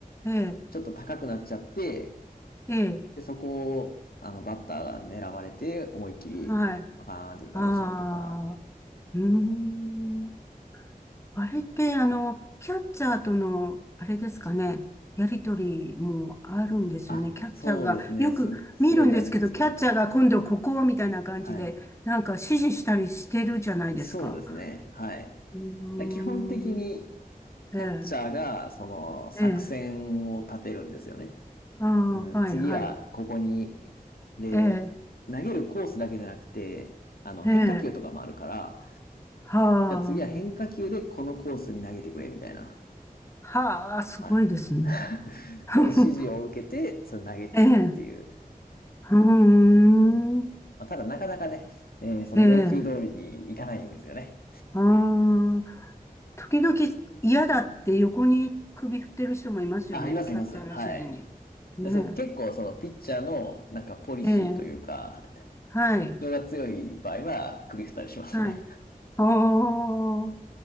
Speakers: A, on the left; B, on the left.
A: ええ、
B: ちょっと高くなっちゃって、
A: ええ、
B: で、そこを、あの、バッターが狙われて、思いっきりパカーンって打たれちゃうとか、
A: はい、ああ、うーん。あれって、あの、キャッチャーとの、あれですかね、やりとりもあるんですよね。
B: あ、
A: キャッチャーが、
B: そうですね。
A: よく見るんですけど、
B: す、すごい大事ですね。
A: キャッチャーが今度ここみたいな感じで、
B: はい。
A: なんか指示したりしてるじゃないですか。
B: そうですね。はい。
A: うーん、
B: だ基本的に、
A: ええ、
B: キャッチャーが、その、作戦を立てるんですよね。
A: ええ、ああ、
B: うん、
A: はい、
B: 次は、
A: はい、
B: ここに、で、
A: ええ、
B: 投げるコースだけじゃなくて、あの、
A: ええ、
B: 変化球とかもあるから、
A: はあ。
B: じゃあ次は変化球でこのコースに投げてくれ、みたいな。
A: はあ、すごいですね。
B: はい。
A: <laughs>
B: その指示を受けて、それ投げていくっていう。
A: ええ、うーん、
B: まあ、ただ、なかなかね、えーその要求通りにいかないんですよね。
A: ええ、ああ、時々嫌だって横に首振ってる人もいますよね、
B: あ、います、
A: キャッチャーの指示に。
B: います。はい。
A: ね
B: で、そ結構そのピッチャーのなんかポリシーというか、
A: え、ええ、はい、
B: 主張が強い場合は首振ったりしますね。
A: はい。ああ、